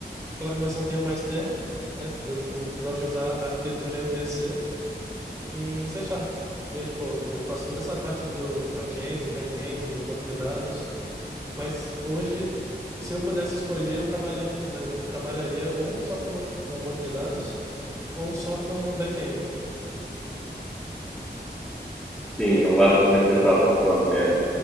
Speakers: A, on the right; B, in the centre.
A: Claro que vai ser um termo mais técnico, né? Eu, tipo, gosto de usar a arquitetura MVC em C Sharp. E aí, tipo, eu faço toda essa parte do front-end, do back-end, do banco de dados. Mas hoje, se eu pudesse escolher, eu trabalhei, trabalharia ou só com, ba- com banco de dados ou só com back-end.
B: Sim, não gosto muito de atuar com front-end.